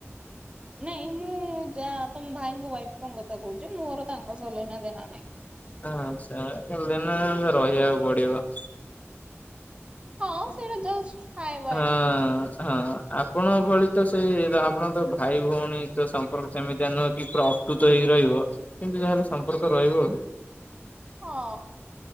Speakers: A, on the right; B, on the left.
A: ନାଇଁ ମୁଁ ଯା ତମ ଭାଇଙ୍କ ୱାଇଫଙ୍କ କଥା କହୁଛି ମୋର ତାଙ୍କ ସହ ଲେନା ଦେନା ନାହିଁ।
B: ଆଛା ଲେନା ଦ ରହିବାକୁ ପଡିବ।
A: ହଁ ସେଇଟା ଜଷ୍ଟ ହାଏ ବାଏ
B: ହଁ ହଁ ଆପଣ ଭଳି ତ ସେ ଆପଣ ତ ଭାଇ ଭଉଣୀ ତ ସମ୍ପର୍କ ସେମିତିଆ ନୁହଁକି ପ୍ରପ୍ ପ୍ରକୁତ ହେଇକି ରହିବ କିନ୍ତୁ ଯାହାହେଲେ ସମ୍ପର୍କ ରହିବ ଆଉ।
A: ହଁ।